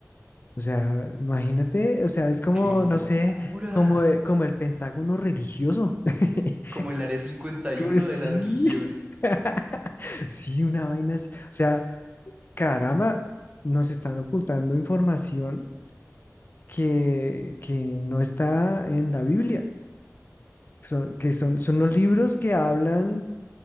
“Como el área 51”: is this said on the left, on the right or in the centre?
Right